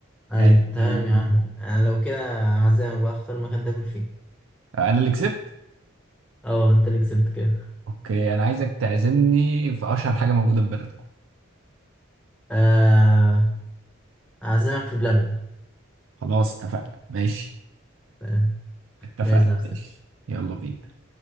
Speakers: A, in the centre; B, on the right.
A: ايوه
B: يعني
A: تمام
B: أم،
A: يا عم انا لو كده هعزمك بقى اختار مكان تاكل فيه
B: انا اللي كسبت
A: اه انت اللي كسبت كده
B: اوكي انا عايزك تعزمني في اشهر حاجه موجوده في بلدكم
A: آه هعزمك في بلبن
B: خلاص اتفقنا ماشي
A: تمام
B: اتفقنا
A: جهز نفسك
B: ماشي يلا بينا